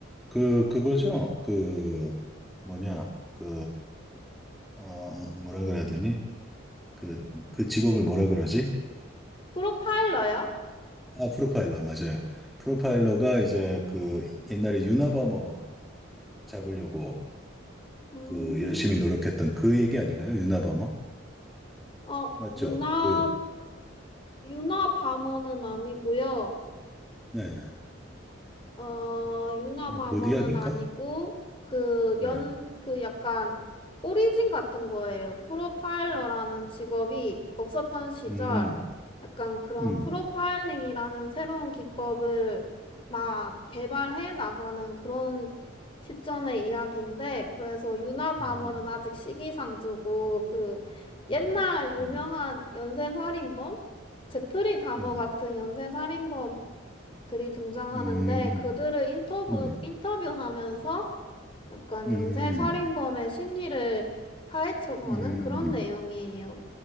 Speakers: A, in the centre; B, on the left.
A: 그, 그거죠. 그, 뭐냐, 그, 어, 뭐라 그래야 되니? 그, 그 직업을 뭐라 그러지?
B: 프로파일러요?
A: 아, 프로파일러, 맞아요. 프로파일러가 이제 그 옛날에 유나바머 잡으려고
B: 음,
A: 그 열심히 노력했던 그 얘기 아닌가요? 유나바머?
B: 어,
A: 맞죠?
B: 유나,
A: 그,
B: 유나 바머는 아니고요.
A: 네.
B: 어, 유나바머는
A: 아니면 조디악인가?
B: 아니고, 그,
A: 네.
B: 연, 그 약간, 오리진 같은 거예요. 프로파일러라는 직업이 없었던 시절,
A: 음,
B: 약간 그런
A: 음,
B: 프로파일링이라는 새로운 기법을 막 개발해 나가는 그런 시점의 이야기인데, 그래서 유나바머는
A: 음,
B: 아직 시기상조고, 그, 옛날
A: 음,
B: 유명한
A: 음,
B: 연쇄살인범? 제프리 다머
A: 네.
B: 같은 연쇄살인범 들이 등장하는데
A: 음,
B: 그들을 인터뷰,
A: 네.
B: 인터뷰하면서 약간
A: 음,
B: 연쇄 살인범의 심리를 파헤쳐가는
A: 음,
B: 그런 내용이에요.